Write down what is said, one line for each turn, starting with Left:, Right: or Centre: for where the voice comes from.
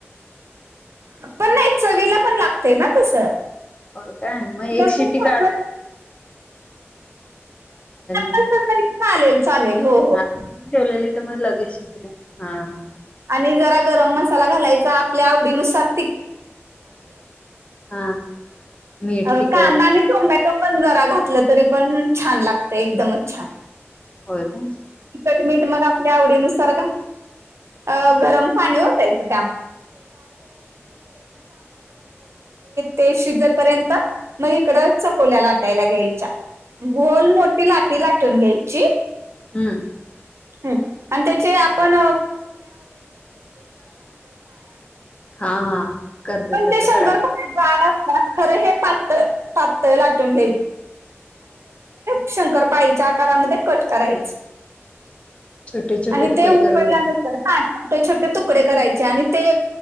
Right: पण नाही चवीला पण लागते ना तसं
Left: हो काय मग एक
Right: लसूण
Left: शिटी
Right: खोबरं
Left: मग.
Right: तसं चालेल चालेल हो
Left: हा ठेवलेली तर मग लगेच शिजते हा हा.
Right: आणि जरा गरम मसाला घालायचा आपल्या आवडीनुसार
Left: हा मीठ
Right: अ
Left: तिखट
Right: कांदा नी टोमॅटो पण जरा घातलं तरी पण छान लागत एकदमच छान
Left: होय काय
Right: तिकट मीट मग आपल्या आवडीनुसार अ गरम पाणी ओतायचं. ते शिजेपर्यंत मग इकडं चकोल्या लाटायला घ्यायच्या गोल मोठी लाटी लाटून घ्यायची.
Left: हम्म
Right: हम्म. आणि त्याचे आपण
Left: हा हा करतोय.
Right: पण ते शंकरपाळ्या जाड असतात खरं हे पातळ पातळ लाटून शंकर पाळीच्या आकारामध्ये कट करायच
Left: छोटे-छोटे
Right: आणि
Left: तुकडे
Right: ते उकळल्यानंतर,
Left: करून घे
Right: हा छोटे छोटे तुकडे करायचे आणि ते